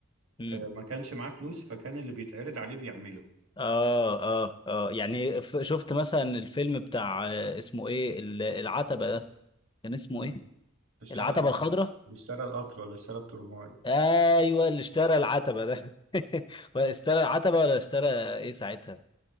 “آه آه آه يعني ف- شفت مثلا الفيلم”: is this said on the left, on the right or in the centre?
Left